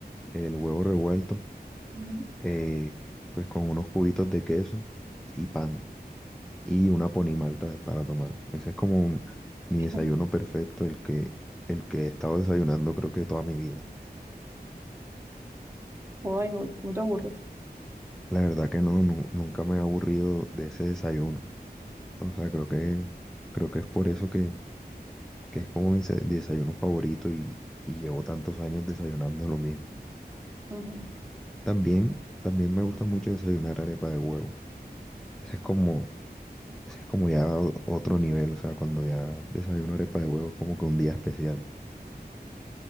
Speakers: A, in the centre; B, on the right.
A: el huevo revuelto,
B: Ujú.
A: eh, pues con unos cubitos de queso y pan y una ponimalta para tomar. Ese es como un- mi
B: <laughs>
A: desayuno perfecto, el que, el que he estado desayunando creo que toda mi vida.
B: Joder, no, no te aburres.
A: La verdad que no, nu- nunca me he aburrido de ese desayuno. O sea, creo que, creo que es por eso que, que es como mi se- desayuno favorito y, y llevo tantos años desayunando lo mismo.
B: Ujú.
A: También, también me gusta mucho desayunar arepa de huevo. Ese es como, ese es como ya o- otro nivel, o sea, cuando ya desayuno arepa de huevo es como que un día especial.